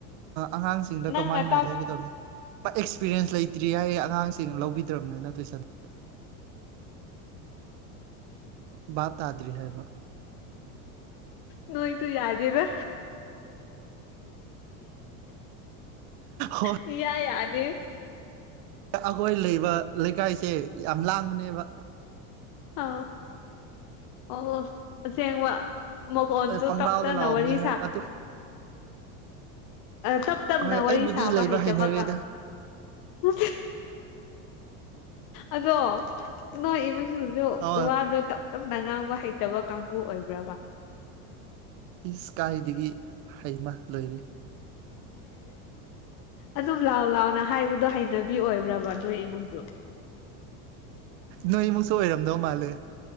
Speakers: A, on the right; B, on the left.
A: ꯑꯉꯥꯡꯁꯤꯡꯗ
B: ꯅꯪꯅ
A: ꯀꯃꯥꯏꯅ
B: ꯇꯥꯛ
A: ꯂꯧꯒꯗꯕꯅꯣ ꯑꯦꯛꯁꯄꯤꯔꯤꯌꯦꯦꯟꯁ ꯂꯩꯇ꯭ꯔꯤ ꯍꯥꯏꯌꯦ ꯑꯉꯥꯡꯁꯤꯡ ꯂꯧꯕꯤꯗ꯭ꯔꯕꯅꯤ ꯅꯠꯇꯣꯏꯁꯟ ꯕꯥ ꯇꯥꯗ꯭ꯔꯤ ꯍꯥꯏꯕ
B: ꯅꯣꯏ ꯇꯨ ꯌꯥꯗꯗ
A: ꯍꯣꯏ
B: ꯏ ꯌꯥꯗ ꯗꯤ
A: ꯑꯩꯈꯣꯏ ꯂꯩꯕ ꯂꯩꯀꯥꯏꯁꯦ ꯌꯥꯝ ꯂꯥꯡꯕꯅꯦꯕ
B: ꯑ ꯑꯣꯁꯦꯡꯕ ꯃ ꯀꯣꯟ ꯆꯨ
A: ꯄꯪꯂꯥꯎꯗ
B: ꯇꯞꯛꯇ ꯅ
A: ꯂꯥꯎꯑꯝꯅꯦ
B: ꯋꯥꯔꯤꯔꯤ ꯁꯥ
A: ꯑꯗꯨ
B: ꯇꯞ ꯇꯞꯅ
A: ꯍꯣꯏ
B: ꯋꯥꯔꯤ
A: ꯑꯩꯕꯨꯗꯤ
B: ꯁꯥꯕ
A: ꯂꯩꯕ
B: ꯍꯩꯇꯕꯒ
A: ꯍꯩꯅꯔꯦꯗ
B: ꯎ ꯑꯗꯣ ꯅꯣꯏ ꯏꯃꯨꯡꯁꯤꯁꯨ
A: ꯑ
B: ꯋꯥꯗꯣ ꯇꯞ ꯇꯞꯅ ꯉꯥꯡꯕ ꯍꯩꯇ ꯍꯩꯇꯕ ꯀꯥꯡꯕꯨ ꯑꯣꯏꯕ꯭ꯔꯕ
A: ꯏꯁ ꯀꯥꯏꯗꯒꯤ ꯍꯩꯃ ꯂꯣꯏꯔ
B: ꯑꯗꯨꯝ ꯂꯥꯎ ꯂꯥꯎꯅ ꯍꯥꯏꯕꯗꯣ ꯍꯩꯅꯕꯤ ꯑꯣꯏꯕ꯭ꯔꯕ ꯅꯣꯏ ꯏꯃꯨꯡꯖꯨ
A: ꯅꯣꯏꯃꯨꯛꯁꯨ ꯑꯣꯏꯔꯝꯗꯧ ꯃꯥꯜꯂꯦ